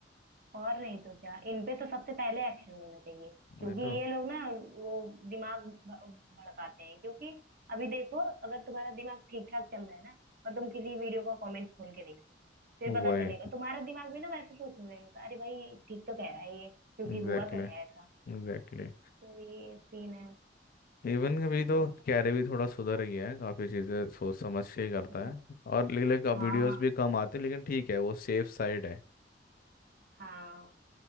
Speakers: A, on the right; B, on the left.
A: और नहीं तो क्या इन पे तो सबसे पहले एक्शन लेना चाहिए
B: वही
A: क्योंकि ये
B: तो
A: लोग ना वो दिमाग भ- भड़काते हैं क्योंकि अभी देखो अगर तुम्हारा दिमाग ठीक ठाक चल रहा है ना और तुम किसी वीडियो का कमेंट खोल के देख लो फिर
B: वही
A: पता चलेगा तुम्हारा दिमाग भी ना वैसे सोचने लगेगा अरे भाई ठीक तो कह रहा है ये क्योंकि
B: एग्जैक्टली
A: हुआ तो है ऐसा
B: एग्जैक्टली
A: तो ये सीन है
B: इवन अभी
A: क्या ही
B: तो
A: कर सकते
B: कैरे भी थोड़ा सुधर गया है काफ़ी चीज़ें सोच समझ के ही करता
A: हैं। वो-
B: है और लेकिन अब
A: हाँ
B: वीडियोस भी कम आते हैं लेकिन ठीक है वो सेफ साइड है
A: हाँ